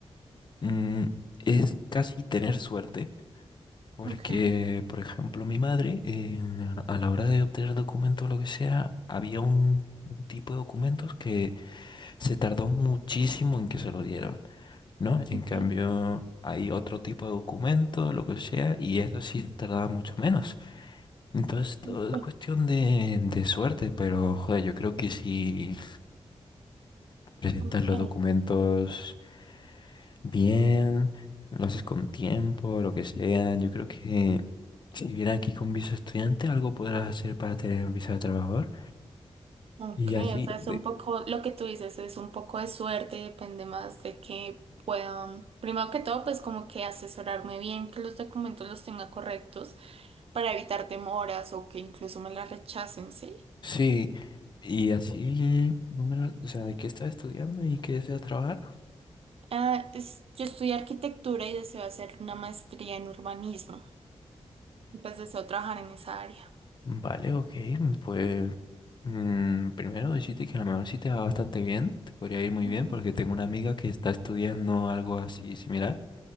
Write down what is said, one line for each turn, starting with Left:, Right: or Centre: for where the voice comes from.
Left: mm, es casi tener suerte. Porque,
Right: Ok,
Left: por ejemplo, mi madre, eh, a la hora de obtener documentos o lo que sea, había un un tipo de documentos que se tardó muchísimo en que se lo dieron. ¿no? En
Right: ok,
Left: cambio, hay otro tipo de documento, lo que sea, y eso sí tardaba mucho menos. Entonces, todo
Right: ok.
Left: es cuestión de, de suerte, pero joder, yo creo que si presentas
Right: ok.
Left: los documentos bien, lo haces con tiempo, lo que sea, yo creo que si vienes aquí con visa estudiante, algo podrás hacer para tener visa de trabajador.
Right: Ok,
Left: Y así,
Right: o sea, es
Left: de,
Right: un poco, lo que tú dices es un poco de suerte, depende más de que puedan, primero que todo, pues como que asesorarme bien, que los documentos los tenga correctos para evitar demoras o que incluso me las rechacen, ¿sí?
Left: sí, y así, no o sea, de qué estás estudiando y qué deseas trabajar.
Right: Ah, es- yo estudié arquitectura y deseo hacer una maestría en urbanismo, y pues deseo trabajar en esa área.
Left: Vale, ok, pues mm, primero decirte que a lo mejor sí te va bastante bien, te podría ir muy
Right: Ujú,
Left: bien porque tengo una amiga que está estudiando algo así similar,